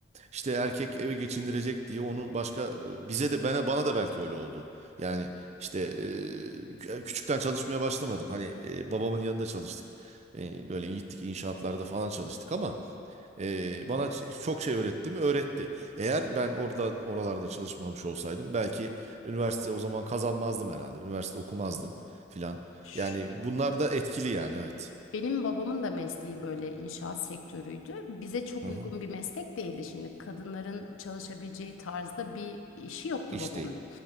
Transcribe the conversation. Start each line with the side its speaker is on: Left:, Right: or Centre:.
Right: işte erkek eve geçindirecek diye onu başka e, bize de bana bana da belki öyle oldu. Yani işte e, kü- küçükten çalışmaya başlamadım. Hani e, babamın yanında çalıştık. E, böyle gittik inşaatlarda falan çalıştık ama ee, bana ç- çok şey öğretti mi? Öğretti. Eğer ben orada oralarda çalışmamış olsaydım belki üniversite o zaman kazanmazdım herhalde. Üniversite okumazdım filan.
Left: Ş-
Right: Yani bunlar da etkili yani evet.
Left: Benim babamın da mesleği böyle inşaat sektörüydü. Bize çok
Right: Hı
Left: uygun
Right: hı.
Left: bir meslek değildi şimdi. Kadınların çalışabileceği tarzda bir işi yoktu
Right: İş
Left: babamın.
Right: değil.